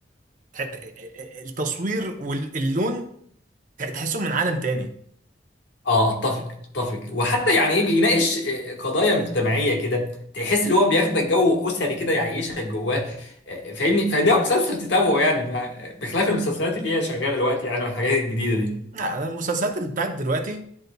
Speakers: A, on the right; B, on the left.
A: ت- ت- التصوير واللون ت- تحسهم من عالم تاني
B: اه اتفق اتفق وحتى يعني ايه بيناقش آه، قضايا مجتمعيه كده تحس اللي هو بياخدك جو اسري كده يعيشك جواه آه، فاهمني فده مسلسل تتابعه يعني مع- بخلاف المسلسلات اللي هي شغاله دلوقتي يعني والحاجات الجديده دي
A: لا، انا المسلسلات اللي بتاعت دلوقتي